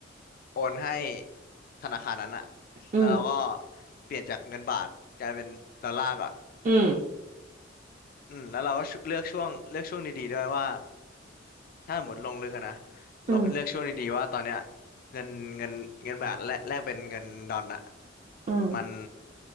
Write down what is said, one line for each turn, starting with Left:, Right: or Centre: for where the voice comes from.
Left: โอนให้ธนาคารนั้นอะ
Right: อืม
Left: แล้วเราก็เปลี่ยนจากเงินบาทกลายเป็นดอลลาร์ก่อน
Right: อืม
Left: อืมแล้วเราก็ชุเลือกช่วงเลือกช่วงดีๆด้วยว่า ถ้าสมมติลงลึกอะนะ
Right: อืม
Left: เลเลือกช่วงดีๆว่าตอนเนี้ยเงินเงินเงินบาทแลกแลกเป็นเงินดอลลาร์อะ
Right: อืม
Left: มัน